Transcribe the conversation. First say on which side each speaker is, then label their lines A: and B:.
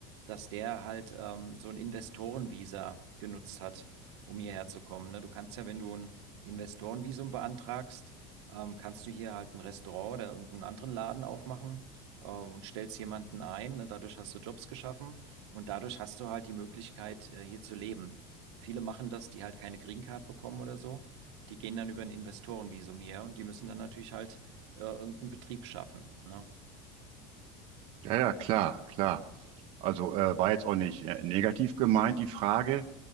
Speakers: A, on the right (about 85°); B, on the right (about 45°).
A: dass der halt ähm, so ein Investorenvisa genutzt hat, um hierher zu kommen. Ne? Du kannst ja, wenn du ein Investorenvisum beantragst, ähm, kannst du hier halt ein Restaurant oder irgendeinen anderen Laden aufmachen ähm, und stellst jemanden ein. Ne? Dadurch hast du Jobs geschaffen und dadurch hast du halt die Möglichkeit, äh, hier zu leben. Viele machen das, die halt keine Green Card bekommen oder so. Die gehen dann über ein Investorenvisum hier und die müssen dann natürlich halt äh, irgendeinen Betrieb schaffen. Ne?
B: Ja, ja, klar, klar. Also äh, war jetzt auch nicht äh, negativ gemeint, die Frage.